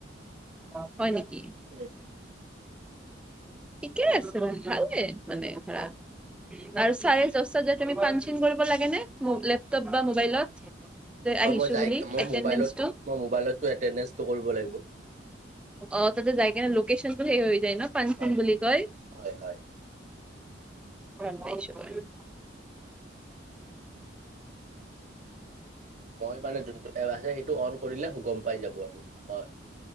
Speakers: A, in the centre; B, on the right.
A: অ', হয় নেকি
B: উম।
A: ঠিকে আছে বাৰু ভাল দে মানে ভাল আৰু চাৰে দচটাত তুমি পাণ চিন কৰিব লাগে নে লেপটপ বা মোবাইলত আহি আহিছো
B: অ', মই যাই
A: বুলি
B: মই
A: এটেনডেঞ্চটো
B: মবাইলত, মই মবাইলতো এটেডেনচটো কৰিব লাগিব
A: অ', তাতে যায় কিনে লোকেচনটো সেই হৈ যায় ন পানপুন
B: হয়
A: বুলি কয়
B: হয়, হয়।
A: গছ <unintelligible>
B: মই মানে যোনটো এপ আছে সেইটো অন কৰিলে গ'ম পাই যাব আৰু মই